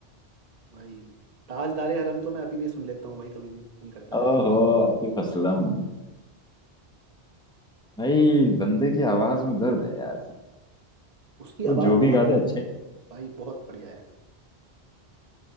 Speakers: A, on the right; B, in the centre.
A: भाई ताजदारे हरम तो मैं अभी भी सुन लेता हूँ भाई कभी भी मन करता
B: ओहो
A: है
B: आतिफ असलम भाई बंदे की आवाज में दर्द है यार
A: उसकी आवाज़
B: वो जो भी
A: बहुत
B: गा दे अच्छा ही
A: भाई बहुत बढ़िया है